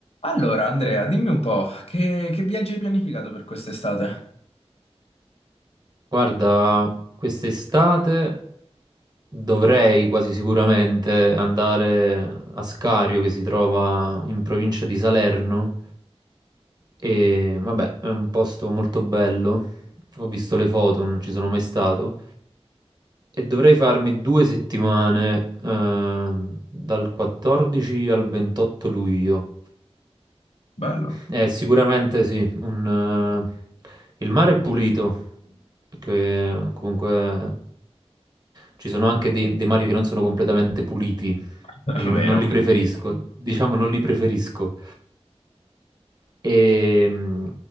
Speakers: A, on the left; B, on the right.
A: Allora, Andrea, dimmi un po', che, che viaggi hai pianificato per quest'estate?
B: Guarda, quest'estate dovrei quasi sicuramente andare a Scario che si trova in provincia di Salerno e vabbè, è un posto molto bello. Ho visto le foto, non ci sono mai stato e dovrei farmi due settimane eh, dal 14 al 28 luglio.
A: Bello,
B: Eh, sicuramente sì, un, eh, il mare è pulito, perché comunque ci sono anche dei, dei mari che non sono completamente puliti,
A: <laughs>
B: che io non,
A: vero?
B: non li preferisco, diciamo non li preferisco, e, mm,